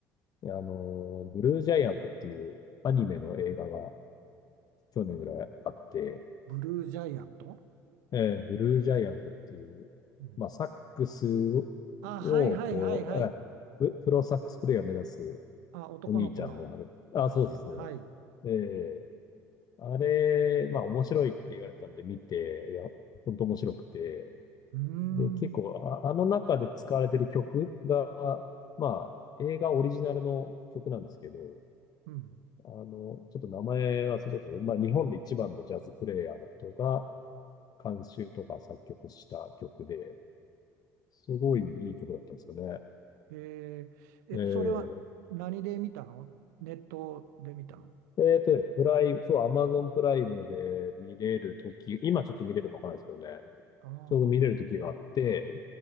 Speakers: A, on the left; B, on the right.
A: あの、ブルージャイアントっていうアニメの映画が去年ぐらいあって、
B: ブルージャイアント
A: えーブルージャイアントっていう、
B: うん。
A: まあ、サックス
B: あはいはいはいはい。
A: を、こう、えププロサックスプレイヤーを目指す
B: ああ、男の子の話。
A: お兄ちゃんの話、あ、そうですね。
B: はい。う
A: えーあれ、まあ面白いって言われたんで見て、いや、本当面白くて、
B: ーん。
A: で、結構、あ、あの中で使われてる曲が、まあ、映画オリジナルの曲なんですけど、
B: うん。
A: あの、ちょっと名前忘れちゃったんですけど、まあ、日本で一番のジャズプレイヤーの人が監修とか作曲した曲で、すごいいい曲だったんですよね。
B: へえ、え、
A: え
B: それは何で見たのネットで見たの
A: ええっとね、プライム、そう、アマゾンプライムで見れるとき、今ちょっと見れるかわからないですけどね、
B: ああ、
A: ちょうど見れるときがあって、